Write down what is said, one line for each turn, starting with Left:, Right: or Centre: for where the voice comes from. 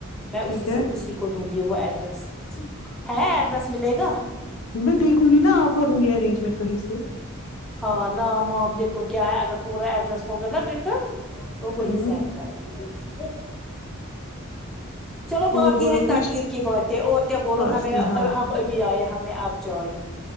Centre: میں اسی
Left: ٹھیک ہے
Centre: سے اسی کو دوں گی وہ ایڈریس ہے ایڈرس ملے گا
Left: میں دیکھوں گی نا کرو گی ارینج میں کہیں سے
Centre: ہاں ناما وام دیکھو کیا ہے اگر پورا ایڈریس ہوگا نا ریٹرن تو وہی
Left: ہوں
Centre: سینڈ کر دیجیے ٹھیک ہے چلو باقی
Left: اور بولو
Centre: ہے تقدیر
Left: کچھ
Centre: کی باتیں اور کیا بولو
Left: فاصلے
Centre: ہمیں
Left: ہاں
Centre: ہم ابھی آئے ہم نے اب چائے پی